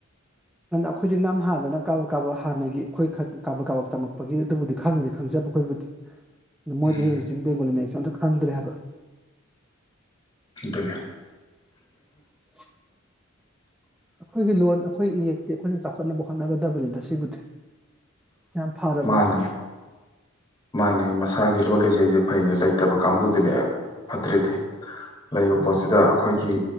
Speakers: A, in the centre; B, on the left (about 20°).
A: ꯑꯈꯣꯏꯗꯤ ꯅꯝ ꯍꯥꯥꯟꯗꯅ ꯀꯥꯕꯛ ꯀꯥꯕꯛ ꯍꯥꯟꯅꯒꯤ ꯑꯩꯈꯣꯏ ꯈꯠ ꯀꯥꯕꯛ ꯀꯥꯕꯛ ꯇꯝꯃꯛꯄꯒꯤ ꯑꯗꯨꯕꯨꯗꯤ ꯈꯪꯕꯨꯗꯤ ꯈꯪꯖꯕ ꯑꯩꯈꯣꯏꯕꯨꯗꯤ
B: ꯎꯝ
A: ꯃꯣꯏꯗꯤ ꯍꯧꯖꯤꯛ ꯕꯦꯡꯒꯣꯂꯤ ꯃꯌꯦꯛꯁꯦ ꯑꯝꯇ ꯈꯪꯗ꯭ꯔꯦ ꯍꯥꯏꯕ
B: ꯑꯗꯨꯅꯦ
A: <inaudible> ꯑꯈꯣꯏꯒꯤ ꯂꯣꯟ ꯑꯈꯣꯏ ꯏꯌꯦꯛꯇꯤ ꯑꯩꯈꯣꯏꯅ ꯆꯥꯎꯈꯠꯅꯕ ꯍꯣꯠꯅꯒꯗꯕꯅꯤꯗ ꯁꯤꯕꯨꯗꯤ ꯌꯥꯝ ꯐꯔꯕꯅꯤ
B: ꯃꯥꯅꯦ ꯃꯥꯅꯦ ꯃꯁꯥꯒꯤ ꯂꯣꯟ ꯂꯩꯖꯩꯖꯦ ꯐꯩꯅꯦ ꯂꯩꯇꯕ ꯀꯥꯡꯕꯨꯗꯨꯅꯦ ꯐꯠꯇ꯭ꯔꯤꯗꯤ ꯂꯩꯕ
A: ꯎꯝ
B: ꯄꯣꯠꯁꯤꯗ ꯑꯈꯣꯏꯒꯤ